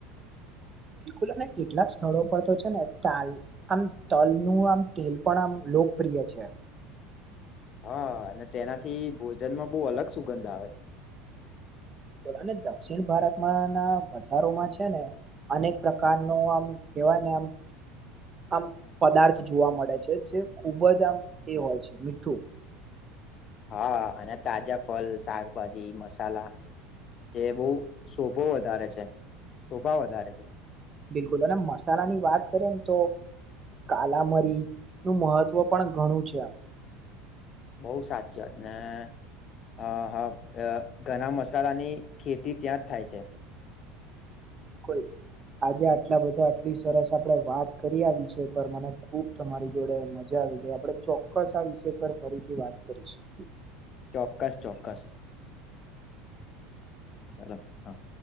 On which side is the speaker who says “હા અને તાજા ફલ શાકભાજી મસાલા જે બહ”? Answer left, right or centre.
Left